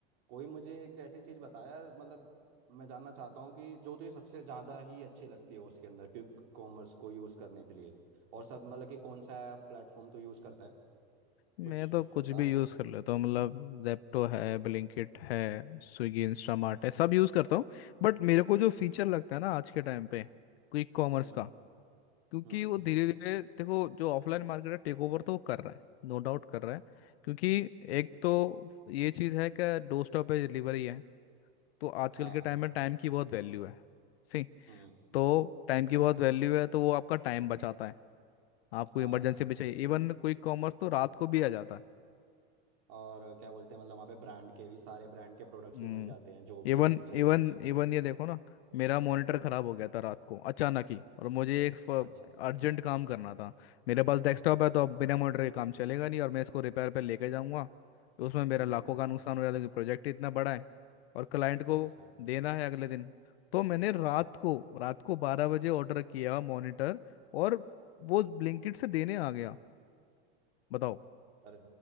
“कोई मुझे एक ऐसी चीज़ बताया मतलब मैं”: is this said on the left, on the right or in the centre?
Right